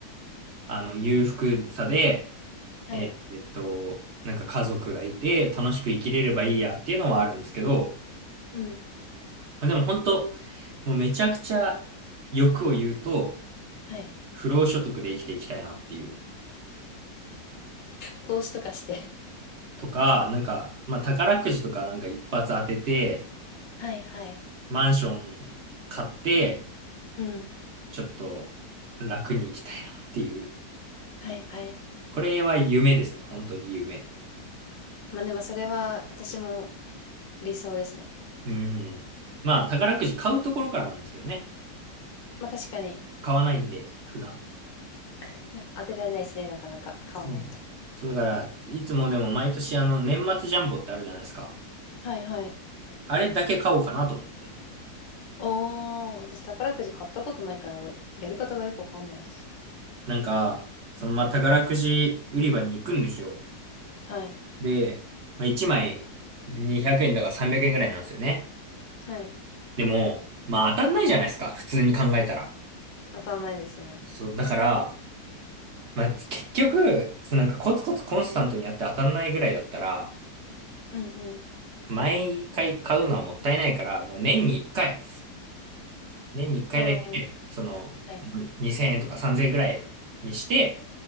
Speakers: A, on the right; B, on the left.
A: あの、裕福さで、
B: はい。
A: えーえっと、なんか家族がいて、楽しく生きれればいいやっていうのはあるんですけど、
B: うん。
A: まあでも本当、もうめちゃくちゃ欲を言うと、
B: はい。
A: 不労所得で生きていきたいなっていう。
B: 投資とかして。
A: とか、なんか、まあ宝くじとかなんか一発当てて、
B: はいはい。
A: マンション買って、
B: うん。
A: ちょっと楽に生きたいなっていう。
B: はいはい。
A: これは夢ですね、本当に夢。
B: まあでもそれは私も理想ですね。
A: うん。まあ、宝くじ買うところからなんですけどね。
B: まあ確かに
A: 買わないんで、普段。
B: <laughs> 当てられないですね、なかなか買わないと。
A: そうなんです。そうだから、いつもでも毎年あの、年末ジャンボってあるじゃないですか。
B: はいはい。
A: あれだけ買おうかなと思って。
B: おー、私宝くじ買ったことないから、やり方がよくわかんないです。
A: なんか、そのまあ、宝くじ売り場に行くんですよ。
B: はい。
A: で、まあ、1枚200円だから300円ぐらいなんですよね。
B: はい。
A: でも、まあ当たんないじゃないですか。普通に考えたら。
B: 当たんないですね。
A: そう、だから、まあ結局、そのなんかコツコツコンスタントにやって当たんないぐらいだったら、
B: うんうん。
A: 毎回買うのはもったいないから、もう年に1回、年に1回だけ、
B: あー
A: その、
B: はい。
A: 2000円とか3000円ぐらいにして